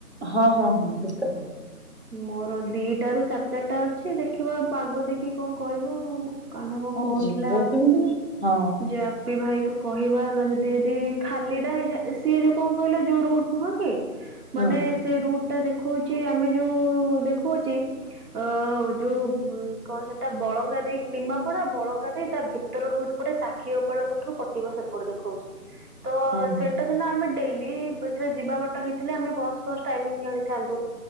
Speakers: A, on the right; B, on the right.
A: ହଁ ହଁ ହଁ ଠିକ କଥା।
B: ମୋରୋ ଦିଟା ରୁ ସାଢେ ଚାରିଟା ଅଛି ଦେଖିବା ପାଗ ଦେଖି କଁ କରିବ ଆଉ। କାହ୍ନା କଁ
A: ହଁ
B: କୋହୁଥୁଲା
A: ଯିବ କେମିତି ହଁ
B: ଯା ପି ଭାଇକୁ କହିବା <unintelligible> ଯଦି ଯଦି ଖାଲିଟା ହେଇଯା ସିଏ ଯେଉଁ କଁ କହିଲ ଯେଉଁ ରୁଟ୍ ନୁହଁ କି
A: ହଁ
B: ମାନେ ସେ ରୁଟ ଟା ଦେଖୋଉଚି ଆମେ ଯୋଉ ଦେଖୋଉଚି ଅଁ ଯୋଉ କଣ ସେଟା ବଳଙ୍ଗା ଦେଇକି ନିମାପଡା ବଳଙ୍ଗା ଦେଇ ତା ଭିତ ତର ରୁଟ ପଟେ ସାକ୍ଷୀ ଗୋପାଳଙ୍କଠୁ କଟିବ ସେପଟେ ଦେଖୋଉଛି ତ
A: ହଁ ହଁ।
B: ସେଇଟା ସିନା ଆମେ ଡେଲ୍ଲୀ <unintelligible> ଯିବା ବାଟ ହେଇଥିଲେ ଆମେ ବସ୍ ଫସ୍ ଟାଇମିଙ୍ଗି ଜଣିଥାନ୍ତୁ।